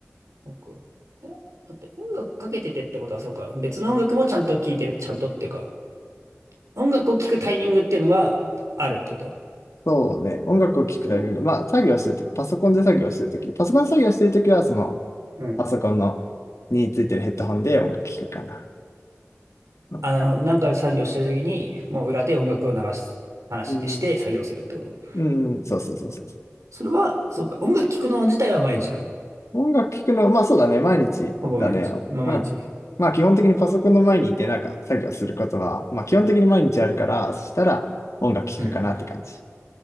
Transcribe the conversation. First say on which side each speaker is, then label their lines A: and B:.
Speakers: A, on the right (about 85°); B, on the left (about 75°).
A: 僕は。えだって音楽かけててってことはそうか。別の音楽もちゃんと聞いてる。ちゃんとっていうか、音楽を聞くタイミングっていうのがあるってこと
B: そうね。音楽を聴くタイミング、
A: それは、
B: まあ作業してるとき、
A: うん
B: パソコンで作業してるとき、パソコンで作業してるときは、その
A: うん。
B: パソコンのについてるヘッドホンで音楽聴くかな。うん、
A: あ、なるほど。なんか作業してる時に、もう裏で音楽を流す話にして作業するってこと
B: うん、うん、そうそうそうそう。
A: それは、そうか。音楽聴くの自体は毎日なの
B: 音楽聴くの、まあそうだね、毎日だね。
A: ほぼ毎日。まあ、
B: まあ、
A: 毎日。
B: まあ基本的にパソコンの前にいてなんか作業することは、まあ基本的に毎日あるから、そしたら音楽聴くかなって感じ。
A: うん。